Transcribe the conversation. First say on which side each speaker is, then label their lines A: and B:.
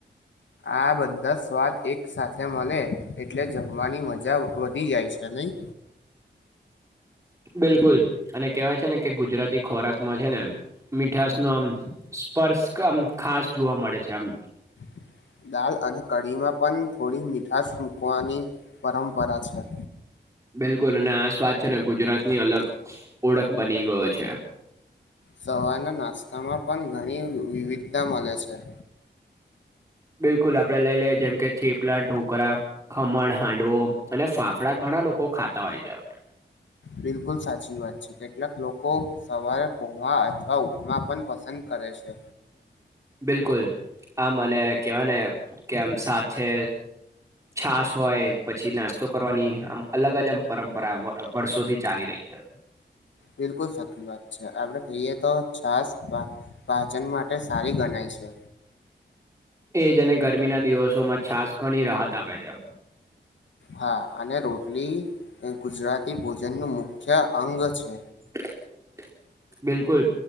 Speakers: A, on the left; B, on the right.
A: આ બધા સ્વાદ એક સાથે મળે એટલે જમ મવાની મજા વધી જાય છે નહી.
B: બિલકુલ અને કેહેવાય છે ને કે ગુજરાતી ખોરાકમાં છે ને મીઠશ નો આમ સ્પર્શ આમ ખાસ જોવા મળે છે આમ.
A: <inaudible> દાલ અને કઢીમાં પણ થોડી મીઠશ મૂકવાની પરંપરા છે.
B: બિલકુલ અને આ સ્વાત છે ને ગુજરાતની અલગ ઓળખ બની ગયો છે.
A: સવારના નાસ્તામાં પણ ઘણી વિવિધતા મળે છે.
B: બિલકુલ આપડે લઈ લઈએ જેમ કે થેપલા, ઢોકળાં, ખમણ, હાંડવો અને ફા ફાફડા ઘણા લોકો ખાતા હોય છે.
A: બિલકુલ સાચી વાત છે કેટલાક લોકો સવારે પોવા અથવા ઉપમા પણ પસંદ કરે છે.
B: બિલકુલ આમ મને કહેવાય ને કે આમ સાત છે છાસ હોય પછી નાસ્તો કરવાની આમ અલગ જ આમ પરંપરા વર્ષોથી ચાલી રહી છે.
A: બિલકુલ સાચી વાત છે આપડે કહીએ તો છાસ પાચન માટે સારી ગણાય છે.
B: એજ અને ગરમી ના દિવસોમાં છાસ ઘણી રાહત આપે છે.
A: હા અને રોટલી ગુજરાતી ભોજનનું મુખ્ય અંગ છે.
B: <inaudible> <unintelligible> બિલકુલ